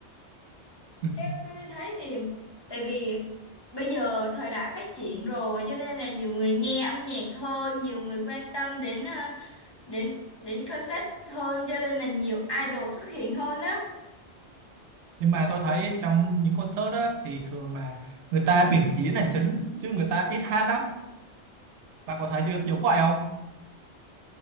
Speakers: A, on the right; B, on the left.
A: ừ.
B: Theo tôi thấy thì tại vì bây giờ thời đại phát triển rồi cho nên là nhiều người nghe âm nhạc hơn, nhiều người quan tâm đến ờ, đến đến concert hơn cho nên là nhiều idol xuất hiện hơn á.
A: nhưng mà tôi thấy trong những concert đó thì thường là người ta biểu diễn là chính chứ người ta ít hát lắm bạn có thấy chưa- giống vậy không